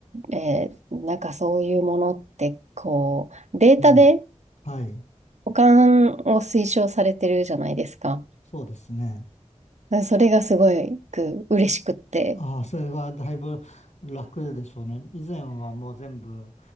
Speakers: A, on the right; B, on the left.
A: えーなんかそういうものって、こう、データで
B: うん。はい。
A: 保管を推奨されてるじゃないですか。
B: そうですね。
A: それがすごく嬉しくって。
B: ああ、それはだいぶ楽でしょうね。以前はもう全部